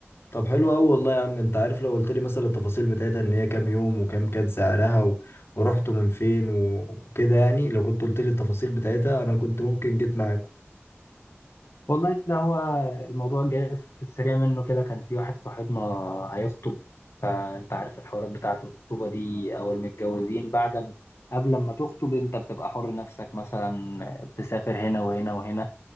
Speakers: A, on the left (about 65°); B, on the left (about 80°).
A: طب حلو قوي والله يا عم انت عارف لو قلت لي مثلا التفاصيل بتاعتها ان هي كام يوم وكام كان سعرها و... ورحتوا من فين و... وكده يعني لو كنت قلت لي التفاصيل بتاعتها انا كنت ممكن جيت معاكم
B: والله ده هو الموضوع جاي في السريع منه كده كان في واحد صاحبنا هيخطب فانت عارف الحوارات بتاعة الخطوبة دي او المتجوزين بعد ما قبل ما تخطب انت بتبقى حر نفسك مثلا تسافر هنا وهنا وهنا